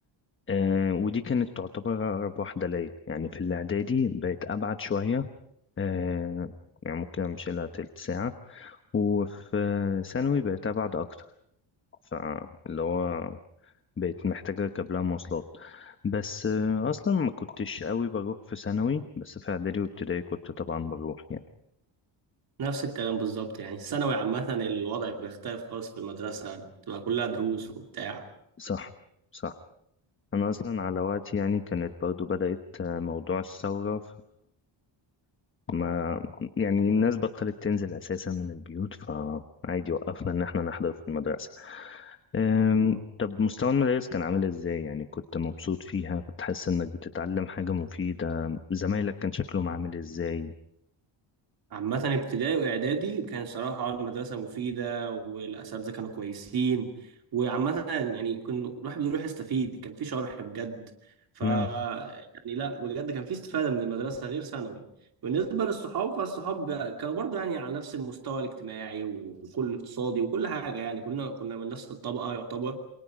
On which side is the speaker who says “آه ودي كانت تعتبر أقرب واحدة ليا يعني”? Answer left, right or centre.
Left